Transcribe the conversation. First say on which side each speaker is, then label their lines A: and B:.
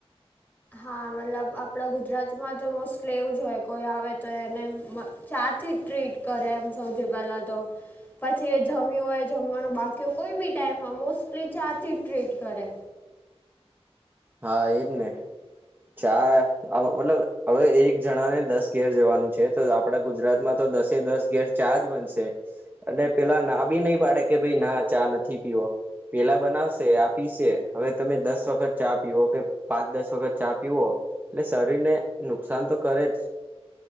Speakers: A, on the left; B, on the right.
A: હા મતલબ આપણા ગુજરાતમાં તો મોસ્ટલી એવું જ હોય કોઈ આવે તો એને મ ચા થી જ ટ્રીટ કરે એમ સૌથી પહેલાં તો. પછી એ જમ્યું હોય, જમવાનું બાકી હોય કોઈ બી ટાઈમ માં મોસ્ટલી ચા થી જ ટ્રીટ કરે.
B: હા એજ ને. ચા આવ મતલબ હવે એક જણા ને દસ ઘેર જવાનું છે, તો આપડા ગુજરાતમાં તો દસે દસ ઘેર ચા જ બનશે. અને પેલા ના બી નહીં પાડે કે ભાઈ ના ચા નથી પીવો. પહેલા બનાવશે, આ પીસે. હવે તમે દસ વખત ચા પીવો કે પાંચ દસ વખત ચા પીવો, એટલે શરીર ને નુકસાન તો કરે જ.